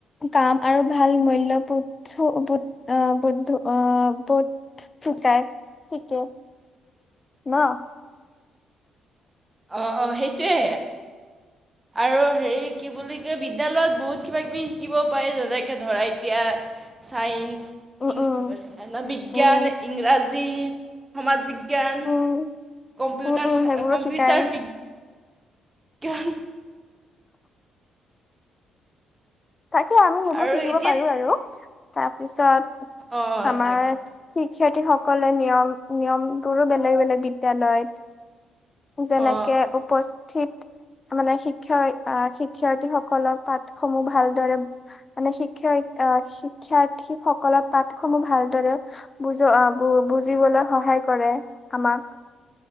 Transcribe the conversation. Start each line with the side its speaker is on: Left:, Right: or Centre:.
Left: কাম আৰু ভাল মূল্য়ো বু <unintelligible> ব আহ বুধ হিকাই, হিকে ন'?
Right: অ-অ সেইটোৱে, আৰু হেৰি কি বুলি কয়, বিদ্যালয়ত বহুত কিবা কিবি শিকিব পাৰি, যেনেকে ধৰা এতিয়া চাইন্স
Left: উম
Right: ই
Left: উম
Right: ব, বিজ্ঞান,
Left: উম
Right: ইংৰাজী জি সমাজ বি্ঞান কেন <unintelligible>
Left: উম
Right: কম্পিউটাৰ
Left: উম উম
Right: চ
Left: সেইবোৰো
Right: কম্পিউটাৰ
Left: শিকাই
Right: বিজ্ঞ বিজ্ঞান
Left: তাকে, আমি সেইবোৰ
Right: আৰু
Left: শিকিব
Right: এতিয়া
Left: পাৰো আৰু। তাৰ পিছত,
Right: অ
Left: আমাৰ
Right: তাকে
Left: শিক্ষাৰ্থীসকল কলে নিয়ম নিয়মবোৰো বেলেগ বেলেগ বিদ্য়ালয়ত। যেনেকে
Right: অ
Left: উপস্থিত মানে শিক্ষয় শিক্ষাৰ্থীসকলক পাঠ সমূহ ভালদৰে, মানে শিক্ষয় শিক্ষাৰ্থীসকলক পাঠ সমূহ ভালদৰে বুজ বুজিবলৈ সহায় কৰে, আমাক।